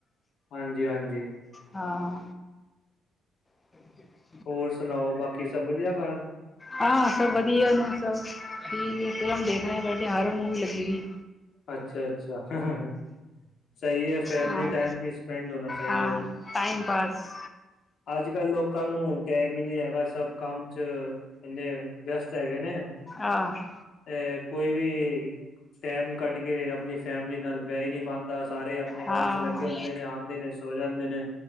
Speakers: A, on the left; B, on the left.
A: ਹਾਂਜੀ, ਹਾਂਜੀ।
B: ਹਾਂ, <inaudible>
A: ਹੋਰ ਸੁਣਾਓ? ਬਾਕੀ ਸਭ ਵਧੀਆ ਘਰ?
B: ਹਾਂ, ਸਭ ਵਧੀਆ, ਸਭ ਠੀਕ ਫਿਲਮ ਦੇਖ ਆਏ ਨੇ ਬਾਹਰ ਮੂਵੀ ਲੱਗੀ ਹੋਈ ਸੀ।
A: ਅੱਛਾ, ਅੱਛਾ। ਸਹੀ ਹੈ, ਫੈਮਲੀ
B: ਹਾਂ
A: ਟਾਈਮ ਵੀ ਸਪੈਂਡ, ਹੋਣਾ ਚਾਹੀਦਾ
B: ਹਾਂ
A: ਹੈ।
B: ਟਾਈਮ ਪਾਸ।
A: ਅੱਜ-ਕੱਲ ਲੋਕਾਂ ਨੂੰ, ਟਾਈਮ ਹੀ ਨਹੀਂ, ਹੈਗਾ ਸਭ ਕੰਮ ਚ ਕਹਿੰਦੇ ਹੇ। ਵਿਅਸਤ ਹੈਗੇ, ਨੇ
B: ਆਹ
A: ਤੇ ਕੋਈ ਵੀ ਟੈਮ ਕੱਢ ਕੇ। ਆਪਣੀ ਫੈਮਿਲੀ ਨਾਲ, ਬਹਿ ਹੀ ਨਹੀਂ ਪਾਂਦਾ। ਸਾਰੇ ਆਪਣੇ
B: ਹਾਂ
A: ਕੰਮ ਚ, ਲੱਗੇ ਹੁੰਦੇ ਨੇ। ਆਂਦੇ ਨੇ ਸੋ ਜਾਂਦੇ ਨੇ।